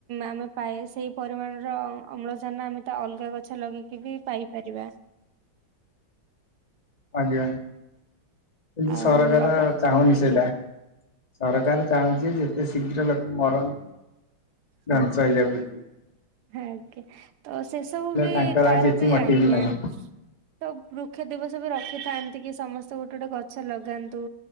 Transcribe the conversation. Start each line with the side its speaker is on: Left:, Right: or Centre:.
Right: ଆମେ ପା ସେଇ ପରିମାଣରଳ ଆମେ ତ ଅଲଗା ଗଛ ଲଗେଇକି ବି ପାଇପାରିବା
Left: ଆଜ୍ଞା କିମୁ
Right: ଆଉ
Left: ସରକାର
Right: ଆପଣ
Left: ଚାହୁଁନି
Right: ଆଜ୍ଞା
Left: ସେଇଟା। ସରକାର ଚାହୁଁଛି ଯେତେ ଶୀଘ୍ର ଲୋକ ମରନ୍ତି
Right: ହୁଁ
Left: ଡନ୍ସାଇଜାବତି
Right: ହୁଁ ଆଜ୍ଞା ତ ସେସବୁ ବି
Left: ତାଙ୍କର
Right: ତାର
Left: ଆଉ କିଛି
Right: ବି
Left: ମୋଟିଭ
Right: ଆଜ୍ଞା।
Left: ନାହିଁ
Right: ସବୁ ବୃକ୍ଷ ଦବ ସବୁ ରଖିଥାନ୍ତି କି ସମସ୍ତେ ଗୋଟେ ଗୋଟେ ଗଛ ଲଗାନ୍ତୁ